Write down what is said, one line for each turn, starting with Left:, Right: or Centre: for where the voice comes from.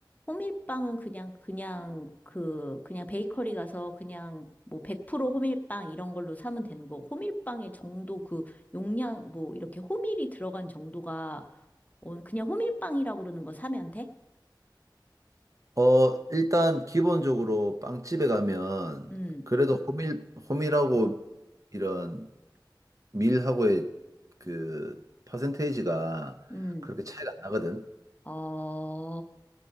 Left: 호밀빵은 그냥, 그냥 그, 그냥 베이커리 가서 그냥 뭐 100% 호밀빵 이런 걸로 사면 되는 거고, 호밀빵의 정도 그 용량, 뭐 이렇게 호밀이 들어간 정도가, 어, 그냥 호밀빵이라고 그러는 거 사면 돼?
Right: 어, 일단 기본적으로 빵집에 가면
Left: 음,
Right: 그래도 호밀, 호밀하고 이런 밀하고의 그 퍼센테이지가
Left: 음.
Right: 그렇게 차이가 안 나거든.
Left: 어,